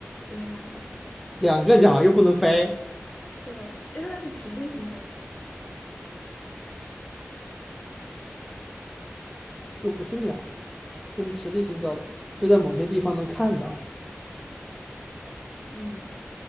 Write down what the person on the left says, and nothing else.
对，两个，
对，因为它是直立行走的，
嗯，